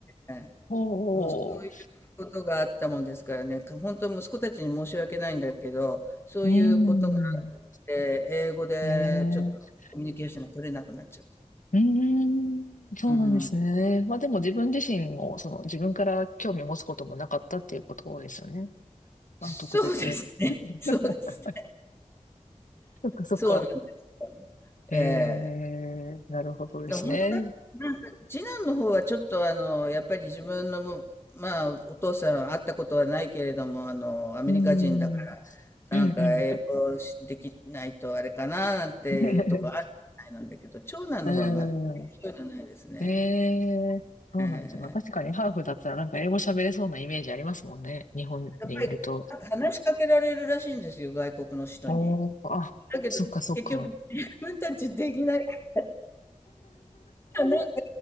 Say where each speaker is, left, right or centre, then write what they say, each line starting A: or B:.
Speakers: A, on the left; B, on the left.
A: ええ
B: おお
A: もうそういうことがあったもんですからね、か本当息子たちに申し訳ないんだけど、そういうことがあ
B: うーん、
A: って、英語でちょっとコミュニケーションが取れなくなっちゃった。
B: ええうーん、そうなんですね。
A: うん。
B: まあでも自分自身も、その自分から興味を持つこともなかったっていうことですよね。
A: そうですね。
B: まあ特別。<laughs>
A: <laughs> そうですね。
B: そっかそっか。
A: そうなんですよ。
B: ええなるほどですね。
A: ええや、本当だ。なんか、次男の方はちょっとあの、やっぱり自分のも、まあ、お父さん会ったことはないけれども、あの、アメリカ人だか
B: うーん、
A: ら、
B: うん、
A: なんか英語しできないとあれかな、
B: うん。
A: なんていうとこあるみたいなんだけど、
B: <laughs>
A: 長男の方は全く
B: うん
A: そうじゃないですね。
B: ええそうなんですよ。
A: ええ
B: まあ確かにハーフだったらなんか英語喋れそうなイメージありますもんね。日本にいると。
A: やっぱり、なんか話しかけられるらしいんですよ、外国の人に。
B: おー、あ、
A: だけど、
B: そっかそっか。
A: 結局、
B: <laughs>
A: 自分たちできないから、なんか、